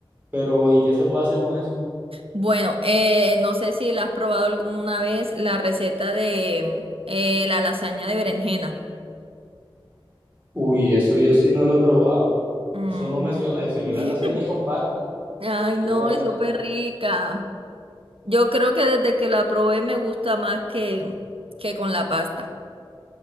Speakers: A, on the right; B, on the right.
A: pero ¿y qué se puede hacer con eso?
B: Bueno, eh, no sé si la has probado alguna vez la receta de mm, eh, la lasaña de berenjena.
A: Uy, eso yo sí no lo he probado,
B: Mm.
A: eso no me suena, yo sé que
B: <laughs>
A: la lasaña es con pasta,
B: Ay,
A: ni
B: no,
A: idea,
B: es
A: la
B: súper
A: verdad.
B: rica.
A: <laughs>
B: Yo creo que desde que la probé me gusta más que, que con la pasta.